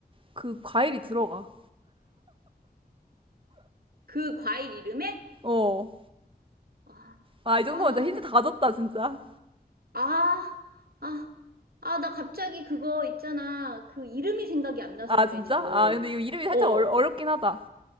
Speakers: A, on the right; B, on the right.
A: 그 과일이 들어가.
B: 그 과일 이름에?
A: 어.
B: 아,
A: 아, 이
B: 아,
A: 정도면 진짜 힌트
B: 나
A: 다
B: 그게
A: 줬다, 진짜.
B: 아, 아, 아, 나 갑자기 그거 있잖아. 그 이름이 생각이 안 나서
A: 아,
B: 그래,
A: 진짜?
B: 지금.
A: 아, 근데 이거 이름이 살짝
B: 어,
A: 어려, 어렵긴 하다.